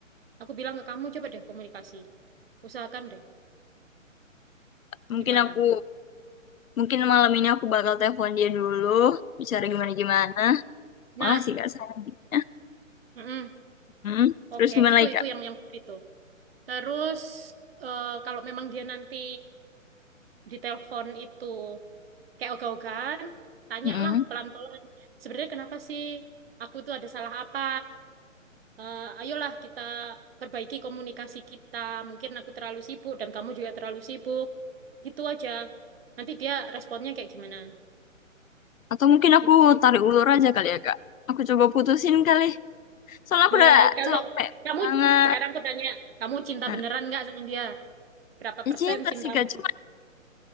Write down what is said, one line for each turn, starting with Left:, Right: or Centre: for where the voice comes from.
Right: aku bilang ke kamu coba deh komunikasi usahakan deh
Left: Mungkin
Right: gimana
Left: aku, mungkin malam ini aku bakal telepon dia dulu, bicara gimana-gimana.
Right: nah
Left: Makasih kak sarannya.
Right: mm-mm,
Left: Hmm.
Right: oke
Left: Terus gimana
Right: itu
Left: lagi
Right: itu
Left: kak?
Right: yang yang itu terus eh, kalau memang dia nanti ditelepon itu kayak ogah-ogahan, tanyalah
Left: Hmm.
Right: pelan-pelan. Sebenarnya kenapa sih aku tuh ada salah apa? Eh, ayolah kita perbaiki komunikasi kita. Mungkin aku terlalu sibuk dan kamu juga terlalu sibuk. Gitu aja. Nanti dia responnya kayak gimana?
Left: Atau mungkin aku
Right: Gitu.
Left: tarik ulur aja kali ya kak. Aku coba putusin kali. Soalnya aku
Right: Eh,
Left: udah
Right: kalau
Left: capek
Right: kamu
Left: banget.
Right: sekarang aku tanya, kamu cinta
Left: Nah,
Right: beneran nggak sama dia? Berapa
Left: ya
Right: persen
Left: cinta
Right: cintamu?
Left: sih kak, Cuma